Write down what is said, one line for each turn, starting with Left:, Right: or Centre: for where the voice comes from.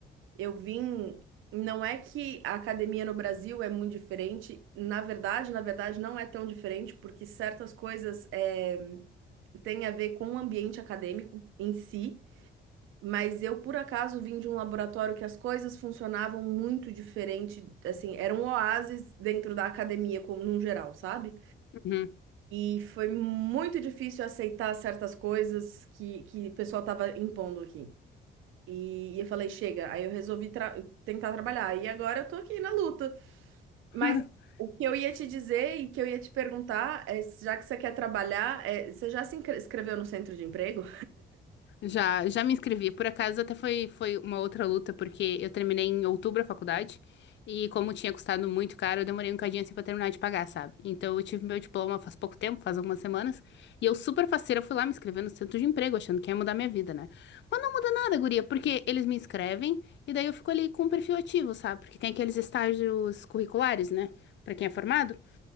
Right: Eu vim. Não é que a academia no Brasil é muito diferente. Na verdade, na verdade, não é tão diferente, porque certas coisas é, têm a ver com o ambiente acadêmico em si. Mas eu, por acaso, vim de um laboratório que as coisas funcionavam muito diferente. Assim, era um oásis dentro da academia, como num geral, sabe?
Left: Uhum.
Right: E foi muito difícil aceitar certas coisas que, que o pessoal estava impondo aqui. E, e eu falei, chega. Aí eu resolvi tra- tentar trabalhar. E agora eu tô aqui na luta. Mas
Left: <laughs>
Right: o que eu ia te dizer e que eu ia te perguntar é, já que você quer trabalhar, é, você já se inscre- inscreveu no centro de emprego?
Left: Já, já me inscrevi. Por acaso, até foi, foi uma outra luta, porque eu terminei em outubro a faculdade. E como tinha custado muito caro, eu demorei um cadinho assim pra terminar de pagar, sabe? Então eu tive meu diploma faz pouco tempo, faz algumas semanas. E eu super faceira fui lá me inscrever no centro de emprego, achando que ia mudar minha vida, né? Mas não muda nada, guria, porque eles me inscrevem e daí eu fico ali com o perfil ativo, sabe? Porque tem aqueles estágios curriculares, né? Pra quem é formado.